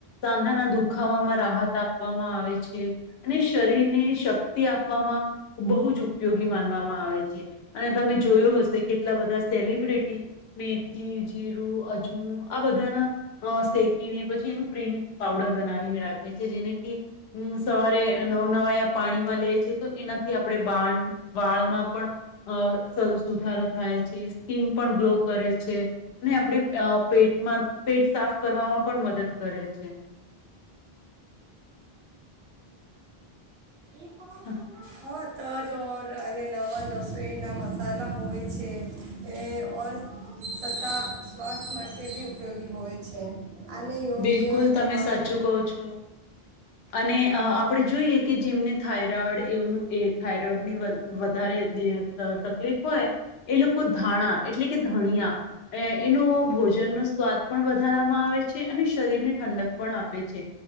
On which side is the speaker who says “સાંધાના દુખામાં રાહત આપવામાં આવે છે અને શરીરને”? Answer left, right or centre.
Left